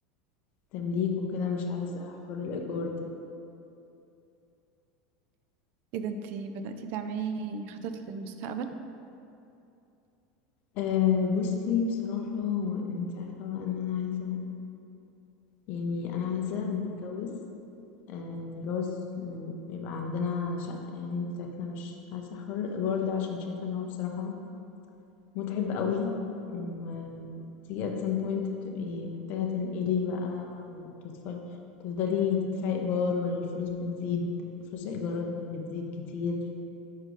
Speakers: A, on the left (about 45°); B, on the right (about 50°).
A: تمليك وكده مش عايزة حوار الإيجار ده
B: ايه ده انتي بدأتي تعملي خطط للمستقبل؟
A: أه بصي بصراحة هو انت عارفة بقى ان انا عايزة يعني انا عايزة لما اتجوز آه، جوز م- يبقى عندنا شقة يعني بتاعتنا مش عايزة حوار الإيجار ده عشان شايفة إن هو بصراحة متعب قوي وتيجي at some point بتبقي محتاجة تنقلي بقى وتدفعي تفضلي تدفعي إيجار والفلوس بتزيد فلوس الإيجارات بتزيد كتير